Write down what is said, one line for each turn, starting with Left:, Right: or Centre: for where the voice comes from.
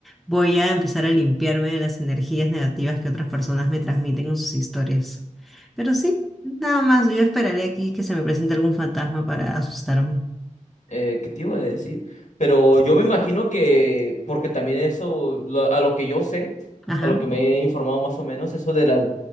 Centre: Voy a empezar a limpiarme de las energías negativas que otras personas me transmiten en sus historias. Pero sí, nada más, yo esperaré aquí que se me presente algún fantasma para asustarme.
Left: Eh, ¿qué te iba a decir? Pero yo me imagino que, porque también eso, lo- a lo que yo sé,
Centre: Ajá,
Left: a lo que me he informado más o menos, eso de las,